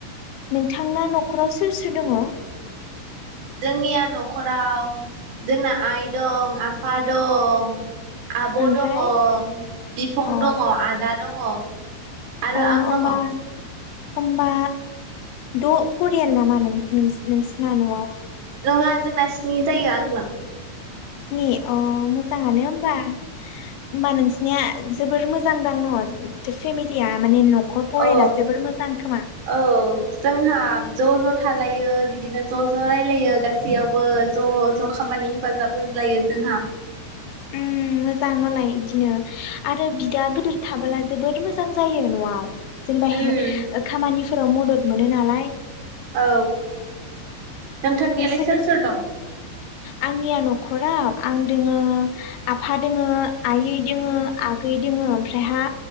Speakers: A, on the left (about 80°); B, on the right (about 70°).
A: नोंथांना नखराव सोर सोर दङ?
B: जोंनिया नखराव जोंना आइ दं आफा दं आब'
A: ओमफ्राय
B: दङ बिफं
A: अ
B: दङ आदा दङ आरो
A: अ
B: आं
A: होमबा
B: दङ
A: होमबा द' फरियाल नामा नों नों नोंसिना न'आव
B: नङा जोंना स्नि जायो आंजो
A: स्नि अ मोजाङानो होमबा होमबा नोंसिनिया जोबोर मोजां दां न' फेमिलिया माने न'खर परियाला
B: औ
A: जोबोर मोजां खोमा
B: औ जोंहा ज' ज' थालायो बिदिनो ज' ज' रायलायो गासैयावबो ज' ज' खामानि हेफाजाब होज्लायो जोंहा
A: उम मोजां मालाय बिदिनो आरो बिदा गोदोर थाबोला जबोद मोजां जायो न'आव जेनेबा
B: उम
A: खामानि फोराव मदद मोनो नालाय
B: औ नोंथांनियालाय
A: नोंसोर
B: सोर सोर दं
A: आंनिया न'खराव आं दोङो आफा दोङो आइयै दोङो आगै दोङ ओमफ्रायहा